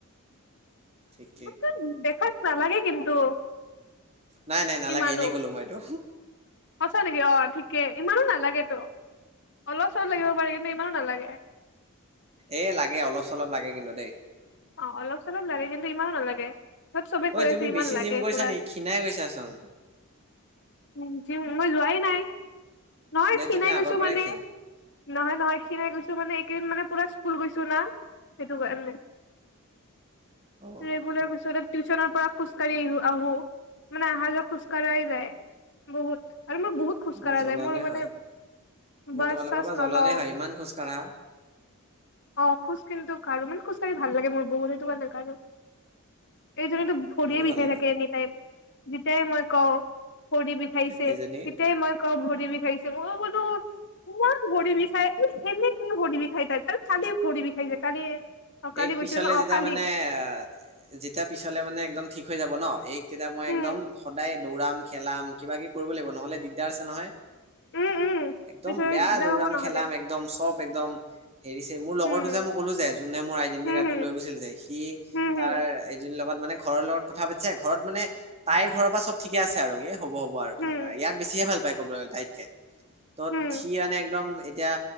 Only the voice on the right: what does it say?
ঠিকেই
নাই নাই নালাগে
এনেই কলো মই এইটো।
এ লাগে অলপ চলপ লাগে কিন্তু দেই।
ঐ
তুমি
বেছি
জিম কৰিছা
নেকি ক্ষীণাই গৈছাচোন
নে
তুমি আগৰ
পৰাই
ক্ষীণ
অ
মই
জ্বলনে
হয় মই
তোমালোকৰ
পৰা জ্বলনে
হয় ইমান খোজ কাঢ়া
মোৰো
ভাল লাগে
এইজনী
এক
পিছালে
যেতিয়া
মানে অ'- যেতিয়া পিছলে মানে একদম ঠিক হৈ যাব ন, এইক তেতিয়া মই
একদম সদায়- দৌৰাম খেলাম কিবা কিবি কৰিব লাগিব, নহলে দিগদাৰ আছে নহয়।
একদম
বেয়া
দৌৰাম
খেলাম একদম চব একদম হেৰিছে মোৰ লগৰটো
যে মোক- কলো যে যোনে মোৰ আইডেণ্টি
কাৰ্ডটো লৈ গৈছিল যে, সি
তাৰ
এজনী লগত মানে ঘৰৰ লগত- কথা পাতিছে, ঘৰত মানে তাইৰ ঘৰৰ পৰা চব ঠিকে আছে আৰু কি- হ'ব হব আৰু তেনেকুৱা,
ইয়াক বেছিয়ে ভাল পায় ক'ব গলে তাইতকে। তত
সি মানে একদম এতিয়া